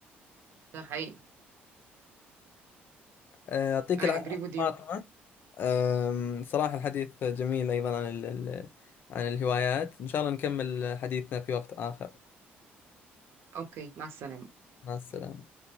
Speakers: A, on the right; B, on the left.
A: ده حقيقي
B: أه، يعطيك
A: I
B: العافيه
A: agree with you
B: فاطمه أم، صراحه الحديث جميل ايضا عن ال... ال- عن الهوايات ان شاء الله نكمل حديثنا في وقت اخر
A: اوكي مع السلامة
B: مع السلامه